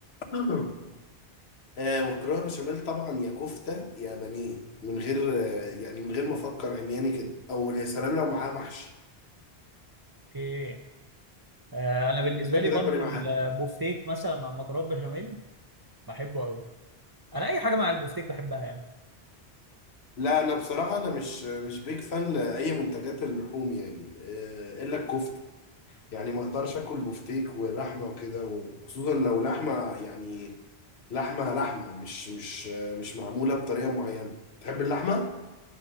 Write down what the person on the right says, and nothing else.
ايه آه انا بالنسبه
لي
برضه
البوفتيك مثلا مع المكرونه بشاميل بحبه قوي انا اي حاجه مع البوفتيك بحبها يعني